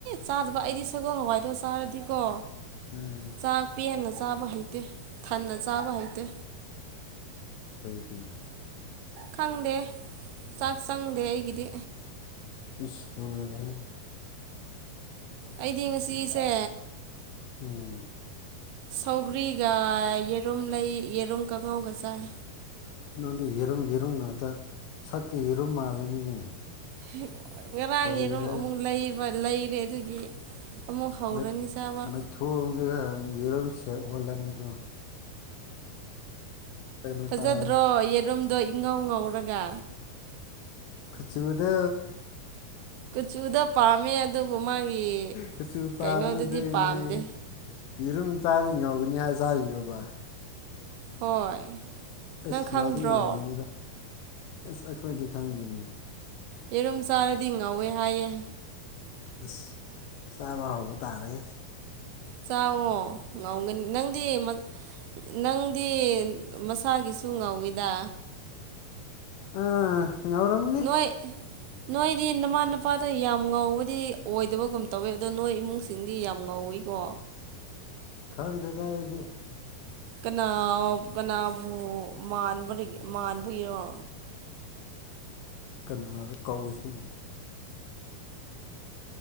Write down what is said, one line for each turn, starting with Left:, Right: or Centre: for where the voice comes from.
Right: ꯆꯥꯗꯕ ꯑꯩꯗꯤ ꯁꯒꯣꯜ ꯍꯋꯥꯏꯗꯣ ꯆꯥꯔꯗꯤꯀꯣ
Left: ꯎꯝ
Right: ꯆꯥꯛ ꯄꯦꯟꯅ ꯆꯥꯕ ꯍꯩꯇꯦ ꯊꯟꯅ ꯆꯥꯕ ꯍꯩꯇꯦ
Left: <inaudible>
Right: ꯈꯪꯗꯦ ꯆꯥꯛ ꯆꯪꯗꯦ ꯑꯩꯒꯤꯗꯤ
Left: ꯏꯁ ꯂꯣꯏꯔꯦꯍꯦ
Right: ꯑꯩꯗꯤ ꯉꯁꯤꯁꯦ
Left: ꯎꯝ
Right: ꯁꯧꯒ꯭ꯔꯤꯒ ꯌꯦꯔꯨꯝ ꯂꯩ ꯌꯦꯔꯨꯝ ꯀꯉꯥꯎꯒ ꯆꯥꯏ
Left: ꯅꯪꯗꯤ ꯌꯦꯔꯨꯝ ꯌꯦꯔꯨꯝ ꯉꯥꯛꯇ ꯁꯛꯇꯤ ꯌꯦꯔꯨꯝ ꯃꯥꯜꯂꯅꯤꯅꯦ
Right: ꯍꯤ ꯉꯔꯥꯡ
Left: ꯀꯔꯤꯔ
Right: ꯌꯦꯔꯨꯝ ꯑꯃꯨꯛ ꯂꯩꯕ ꯂꯩꯔꯦ ꯑꯗꯨꯒꯤ ꯑꯃꯨꯛ ꯍꯧꯔꯅꯤ
Left: ꯃꯩ
Right: ꯆꯥꯕ
Left: ꯃꯩꯊꯣꯡꯗꯨꯗ ꯌꯦꯔꯨꯝ ꯁꯦꯞ ꯑꯣꯜꯂꯅꯤꯀꯣ ꯀꯩꯅꯣ
Right: ꯐꯖꯗ꯭ꯔꯣ
Left: ꯆꯥꯔ
Right: ꯌꯦꯔꯨꯝꯗꯣ ꯏꯪꯉꯧ ꯉꯧꯔꯒ
Left: ꯀꯨꯆꯨꯗꯣ
Right: ꯀꯨꯆꯨꯗꯣ ꯄꯥꯝꯃꯦ ꯑꯗꯨꯕꯨ ꯃꯥꯒꯤ
Left: ꯀꯨꯆꯨ ꯄꯥꯝꯃꯦ
Right: ꯀꯩꯅꯣꯗꯨꯗꯤ
Left: ꯑꯗꯨꯒꯤꯅꯦ
Right: ꯄꯥꯝꯗꯦ
Left: ꯌꯦꯔꯨꯝ ꯆꯥꯗꯤ ꯉꯧꯒꯅꯤ ꯍꯥꯏ ꯆꯥꯏꯔꯣꯕ
Right: ꯍꯣꯏ
Left: ꯑꯁ
Right: ꯅꯪ ꯈꯪꯗ꯭ꯔꯣ
Left: ꯉꯥꯎꯗꯤ ꯉꯥꯎꯔꯝꯅꯤꯗ ꯑꯁ ꯑꯩꯈꯣꯏꯗꯤ ꯈꯪꯗꯦꯅꯦ
Right: ꯌꯦꯔꯨꯝ ꯆꯥꯔꯗꯤ ꯉꯧꯋꯦ ꯍꯥꯏꯌꯦ
Left: ꯑꯁ ꯆꯥꯕ ꯍꯧꯕ ꯇꯥꯔꯦ
Right: ꯆꯥꯑꯣ ꯉꯧꯒꯅꯤ ꯅꯪꯗꯤ ꯃ ꯅꯪꯗꯤ ꯃꯁꯥꯒꯤꯁꯨ ꯉꯧꯋꯤꯗ
Left: ꯑꯥ ꯉꯧꯔꯝꯅꯤ
Right: ꯅꯣꯏ ꯅꯣꯏꯗꯤ ꯅꯃꯥꯅꯄꯥꯗꯣ ꯌꯥꯝ ꯉꯧꯕꯗꯤ ꯑꯣꯏꯗꯕꯒꯨꯝ ꯇꯧꯋꯦ ꯑꯗꯣ ꯅꯣꯏ ꯏꯃꯨꯡꯁꯤꯡꯗꯤ ꯌꯥꯝ ꯉꯧꯋꯤ ꯀꯣ
Left: <inaudible> ꯈꯪꯗꯦꯗ ꯑꯩꯗꯤ
Right: ꯀꯅꯥ ꯀꯅꯥꯕꯨ ꯃꯥꯟꯕꯔꯤꯒꯦ ꯃꯥꯟꯕꯒꯤꯔꯣ
Left: ꯀꯥꯅꯔ ꯀꯧꯔꯤꯁꯤꯕꯨ